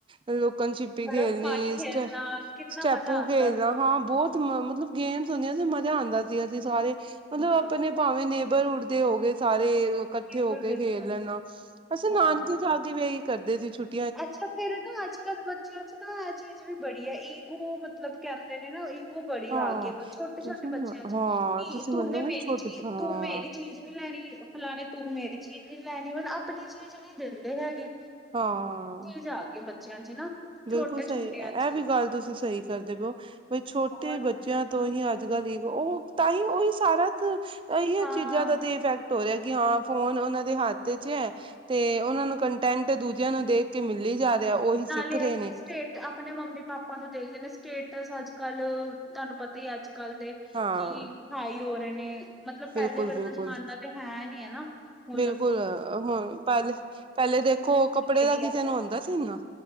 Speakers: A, on the right (about 25°); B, in the centre.
A: ਲੁਕਣ-ਛਿੱਪੀ
B: ਬਰਫ਼
A: ਖੇਲਣੀ
B: ਪਾਣੀ
A: ਸਟੈ
B: ਖੇਲਣਾ ਕਿੰਨਾ
A: ਸਟੈਪੂ
B: ਮਜ਼ਾ ਆਉਂਦਾ
A: ਖੇਲਣਾ ਹਾਂ ਬਹੁਤ ਮਤਲਬ ਗੇਮਸ ਹੁੰਦੀਆਂ ਸੀ। ਮਜ਼ਾ ਆਂਦਾ ਸੀ। ਅਸੀਂ ਸਾਰੇ ਮਤਲਬ
B: ਹਾਂ,
A: ਆਪਣੇ ਭਾਵੇਂ ਨੇਬਰ ਹੁੱਡ ਦੇ ਹੋ ਗਏ ਸਾਰੇ ਇਕੱਠੇ ਹੋ
B: ਬਿਲਕੁਲ-ਬਿਲਕੁਲ,
A: ਕੇ ਖੇਲ ਲੈਣਾ। ਅਸੀਂ
B: ਹਾਂ।
A: ਨਾਨਕੀ ਵੀ ਇਹੀ ਕਰਦੇ ਸੀ। ਛੁੱਟੀ
B: ਅੱਛਾ ਫੇਰ ਨਾ ਅੱਜ-ਕੱਲ ਬੱਚਿਆਂ 'ਚ ਨਾ ਐ ਚੀਜ਼ ਵੀ ਬੜੀ ਆ। ਈਗੋ ਮਤਲਬ ਕਹਿੰਦੇ ਨੇ ਨਾ ਈਗੋ ਬੜੀ
A: ਹਾਂ
B: ਆ ਗਈ ਛੋਟੇ-ਛੋਟੇ
A: ਤੁਸੀਂ
B: ਬੱਚਿਆਂ 'ਚ
A: ਹਾਂ
B: ਕੀ
A: ਤੁਸੀਂ ਮੰਨੋਗੇ
B: ਤੂੰ ਮੇਰੀ
A: ਛੋਟ
B: ਚੀਜ਼
A: ਹਾਂ
B: ਤੂੰ ਮੇਰੀ ਚੀਜ਼ ਨੀ ਲੈਣੀ ਫਲਾਣੇ ਤੂੰ ਮੇਰੀ ਚੀਜ਼ ਨੀ ਲੈਣੀ। ਹੁਣ ਆਪਣੀ ਚੀਜ਼ ਨੀ ਦਿੰਦੇ ਹੈਗੇ
A: ਹਾਂ।
B: ਜਾ ਕੇ ਬੱਚਿਆਂ 'ਚ ਨਾ।
A: ਬਿਲਕੁਲ
B: ਛੋਟੇ-ਛੋਟਿਆਂ
A: ਸਹੀ, ਐ
B: 'ਚ
A: ਵੀ
B: ਈ
A: ਗੱਲ ਤੁਸੀਂ ਸਈ ਕਰਦੇ ਪਓ। ਵੀ ਛੋਟੇ
B: ਹੋਰ
A: ਬੱਚੇ ਬੱਚਿਆਂ ਤੋਂ ਹੀ ਅੱਜ-ਕੱਲ ਈਗੋ ਓ ਤਾਂਹੀ ਉਹੀ ਸਾਰਾ ਇਹੀ
B: ਹਾਂ।
A: ਚੀਜ਼ਾਂ ਦਾ ਤੇ ਫੇਕਟ ਹੋ ਰਿਹਾ ਕਿ ਹਾਂ ਫੋਨ ਉਨਾਂ ਦੇ ਹੱਥ 'ਚ ਐ ਤੇ ਉਨਾਂ ਨੂੰ ਕੰਟੈਂਟ ਦੂਜਿਆਂ ਨੂੰ ਦੇਖ ਕੇ ਮਿਲੀ ਜਾ ਰਿਹਾ। ਉਹੀ
B: ਐ
A: ਰਹੇ
B: ਆ
A: ਨੇ
B: ਕੇ ਸਟੇਟ। ਤੇ ਆਪਣੇ ਮੰਮੀ-ਪਾਪਾ ਨੂੰ ਦੇਖਦੇ ਨੇ ਸਟੇਟਸ ਅੱਜ-ਕੱਲ ਤੁਹਾਨੂੰ ਪਤਾ ਹੀ ਅੱਜ-ਕੱਲ ਦੇ।
A: ਹਾਂ
B: ਕੀ ਹਾਈ ਹੋ ਰਹੇ ਨੇ। ਮਤਲਬ, ਪਹਿਲੇ
A: ਬਿਲਕੁਲ
B: ਵਰਗਾ
A: ਬਿਲਕੁਲ
B: ਜ਼ਮਾਨਾ ਤੇ ਹੈ ਨੀ ਹੈ‌ ਨਾ ਹੁਣ
A: ਬਿਲਕੁਲ ਹੁਣ ਪਹਿਲੇ ਪਹਿਲੇ ਦੇਖੋ ਕੱਪੜੇ
B: ਏਰੀਆ
A: ਦਾ ਕਿਸੇ ਨੂੰ ਹੁੰਦਾ ਸੀ ਇੰਨਾ